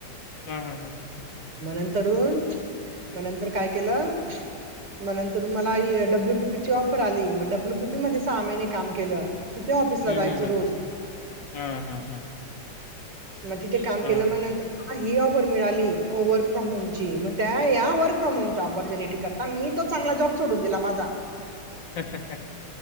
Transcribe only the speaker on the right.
म तरुण मंतर काय केलं मगंतर मला डब्ल्यू पीपीची ऑफर आली मग डब्ल्यू पीपी मध्ये सहा महिने काम केलं तिथे ऑफिसला
जायचं
रोज
मग तिथे काम
केल्या मग नंतर मला ही ऑफर मिळाली वर्क फ्रॉम होम ची मग त्या या्या वर्क फ्रॉम होमच्या ऑपॉर्च्युनिटी करता मी तो चांगला जॉब सोडून दिला माझा